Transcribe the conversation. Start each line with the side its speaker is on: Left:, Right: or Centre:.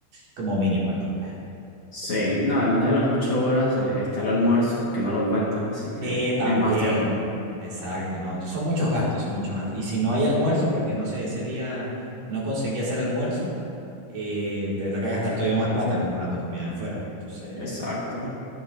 Right: como mínimo el doble.
Left: Sí, no, además de las ocho horas eh, está el almuerzo, que no lo cuentan, así que
Right: Eh, también,
Left: es más tiempo.
Right: exacto, ¿no? Entonces, son muchos gastos, son muchos gastos. Y si no hay almuerzo, porque no sé, ese día no conseguí hacer almuerzo, eh, te toca gastar todavía más plata comprando comida de afuera. Entonces,
Left: Exacto.